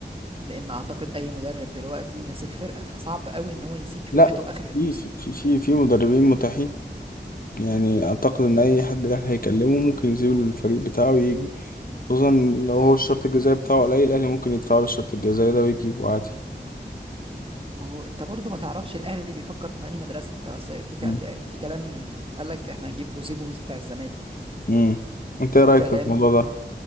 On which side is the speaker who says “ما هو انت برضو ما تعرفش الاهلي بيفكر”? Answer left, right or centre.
Right